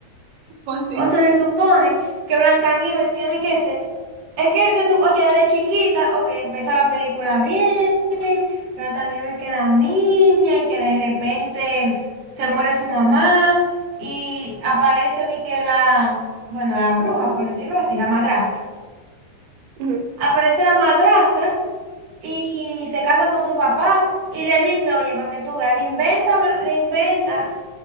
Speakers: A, on the right; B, on the right.
A: Pues sí.
B: O sea, se supone que Blancanieves tiene que ser, es que se supone, oye, desde chiquita, ok, empieza la película bien. Blancanieves que era niña y que de repente se muere su mamá y aparece de que la, bueno, la bruja, por decirlo así, la madrastra.
A: Ujú.
B: Aparece la madrastra y, y se casa con su papá y le dice, oye, para que tú veas, le inventa, le inventa